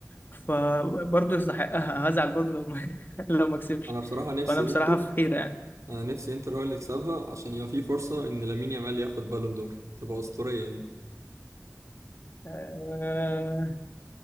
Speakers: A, on the left; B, on the right.
A: فبرضه يستحقها هزعل برضه لو ما <laughs> لو ما كسبش
B: انا بصراحه نفسي
A: فانا بصراحه
B: انت
A: في حيره يعني
B: انا نفسي انتر هو اللي يكسبها عشان يبقى في فرصه ان لامين يامال ياخد بالون دور تبقى اسطوريه دي
A: آه،